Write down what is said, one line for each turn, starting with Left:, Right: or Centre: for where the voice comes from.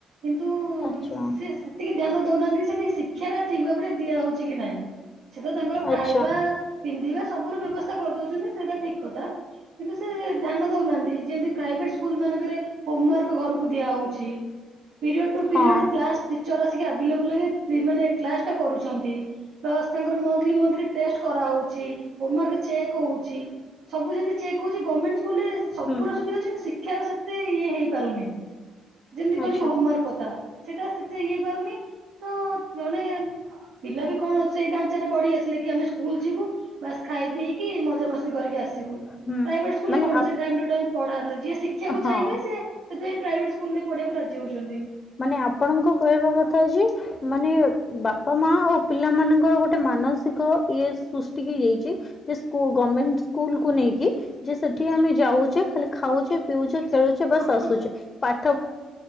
Right: କିନ୍ତୁ ସେ
Left: ଆଚ୍ଛା
Right: ସେତିକି ଧ୍ୟାନ ଦଉନାହାନ୍ତି କି ସେଠି ଶିକ୍ଷା ଟା ଠିକ ଭାବରେ ଦିଆ ହଉଛି କି ନାହିଁ ସେତ ତାଙ୍କର ଖାଇବା,
Left: ଆଚ୍ଛା
Right: ପିନ୍ଧିବା ସବୁର ବ୍ୟବସ୍ଥା କରିଦଉଛନ୍ତି ସେଇଟା ଠିକ କଥା। କିନ୍ତୁ ସେ ଧ୍ୟାନ ଦଉନାହାନ୍ତି ଯେମିତି ପ୍ରାଇଭେଟ ସ୍କୁଲ ମାନଙ୍କରେ ହୋମୱାର୍କ ଘରକୁ ଦିଆ ହଉଛିି ପିରିୟଡ଼ ଟୁ ପିରିୟଡ଼
Left: ହଁ
Right: କ୍ଲାସ ଟିଚର ଆସିକି ଆଭେଲେବୁଲ ହେଇକି ମାନେ କ୍ଲାସ ଟା କରୁଛନ୍ତି ପ୍ଲସ୍ ତାଙ୍କର ମନ୍ଥଲି ମନ୍ଥଲି ଟେଷ୍ଟ କରାହଉଛି, ହୋମୱର୍କ ଚେକ୍ ହଉଛି। ସବୁ ଯେମିତି ଚେକ୍ ହଉଚି ଗଭର୍ଣ୍ଣମଣ୍ ସ୍କୁଲରେ ସବୁର
Left: ହୁଁ
Right: ସୁବିଧା ଅଛି କିନ୍ତୁ ଶିକ୍ଷାର ସେତେ ଇଏ ହେଇନି ହେଇପାରୁନି, ଯେମିତି କହିଲ
Left: ଆଚ୍ଛା।
Right: କି ହୋମୱାର୍କ କଥା ସେଟା ସେତଇ ହେଇପାରୁନି। ତ ଜଣେ ପିଲା ବି କଣ ସେଇ ଢାଞ୍ଚାରେ ବଢି ଆସିଲେ କି ଆମେ ସ୍କୁଲ ଯିବୁ। ବାସ୍ ଖାଇ ପିଇକି ମଜା ମସ୍ତି କରିକି ଆସିବୁ,
Left: ହୁଁ
Right: ପ୍ରାଇଭେଟ ସ୍କୁଲରେ
Left: ମାନେ
Right: କଣ
Left: ଆପ
Right: ପଢା ହେଲା। ଶିକ୍ଷାକୁ
Left: ହଁ
Right: ଚାହିଁବେ ସେ ସେଥିପାଇଁ ପ୍ରାଇଭେଟ ସ୍କୁଲରେ ପଢିବାକୁ ରାଜି ହଉଛନ୍ତି।
Left: ମାନେ ଆପଣଙ୍କ କହିବା କଥା ଯେ ମାନେ ବାପା ମା ଆଉ ପିଲା ମାନଙ୍କର ଗୋଟେ ମାନସିକ ଇଏ ସୃଷ୍ଟି ହେଇଯାଇଛି ସ୍କୁଲ ଗଭର୍ଣମେଣ୍ଟ ସ୍କୁଲକୁୁ ନେଇକି ଯେ ସେଠି ଆମେ ଯାଉଛେ ଖାଲି ଖାଉଛେ ପିଉଛେ ଖେଳୁଛେ ବାସ
Right: ହଁ
Left: ଆସୁଛି ପାଠ